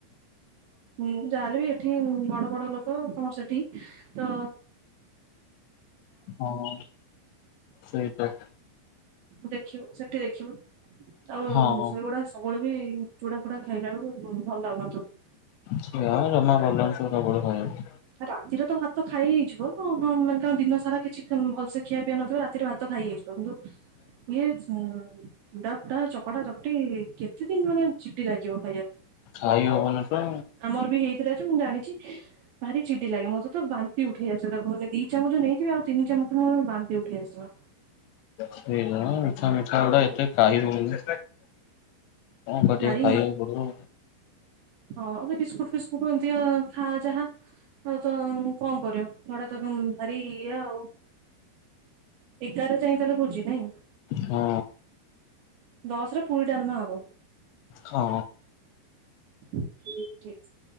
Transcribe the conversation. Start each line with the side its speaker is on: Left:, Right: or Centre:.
Right: ହୁଁ ଯାହା ହେଲେ ବି ଏଠି ବଡ଼ ବଡ଼ ଲୋକ ତମର ସେଠୀ ତୋ
Left: ହଁ ସେଇତ।
Right: ଦେଖିବ ସେଠୀ ଦେଖିବ ଆଉ
Left: ହଁ
Right: ସେଗୁଡା ସବୁ ବେଳେ ବି ଚୁଡ଼ା ଫୁଡା ଖାଇଲା ବେଳକୁ ଭଲ ଲାଗୁ ନଥିବ।
Left: ସେ ଆଉ ଜମା ଭଲ ଲାଗୁନି ସେ ସବୁ ବେଳେ ଖାଇବା।
Right: ରାତିରେ ତ ଭାତ ଖାଇହେଇଯିବ ହଁ ମାନେ ତମେ ଦିନ ସାରା ଭଲସେ ଖିଆପିଆ ନ ଥିବ ରା ରାତିରେ ଭାତ ଖାଇ ହେଇଯିବ କିନ୍ତୁ ୟେ <unintelligible> ଚୁଡ଼ା ଫୁଡ଼ା ଚକଟା ଚକଟି କେତେ ଦିନ ମାନେ ଚିପିରା ଯିବ ଖାଇବାକୁ।
Left: ଖାଇ ହବନି ତ।
Right: ଆମର ବି ହେଇଥିଲା ଯେ ମୁଁ ଜାଣିଚି। ଭାରି ଚିଡି ଲାଗେ ମତେ ତୋ ବାନ୍ତି ଉଠେଇଆସେ ତାକୁ ମତେ ଦି ଚାମଚ ନେଇଥିବି ଆଉ ତିନି ଚାମଚ ମୋର ବାନ୍ତି ଉଠେଇ ଆସିବ।
Left: ସେଇକଣ ମିଠା ଫିଠା ଗୁଡା ଏତେ ଖାଇ ହୋଉନି। କଣ କରିବା
Right: ଭାରି
Left: ଖାଇବାକୁ ପଡିବ।
Right: ହଁ ଏ ବିସ୍କୁଟୁ ଫିସ୍କୁଟୁ ଏମିତିଆ ଖା ଯାହା ଆଉ ତ କଣ କରିବ। ହେଡା ତ ପୁଣି ଭା ରି ଇଏ ଆଉ। ଏଗାରେ ଯାଇକି ତାହେଲେ ଭୋଜି ନାଇଁ?
Left: ହଁ।
Right: ଦଶରେ ପୁରୀ ଡାଲମା ହବ।
Left: ହଁ।
Right: ଠିକ୍ ଠିକ୍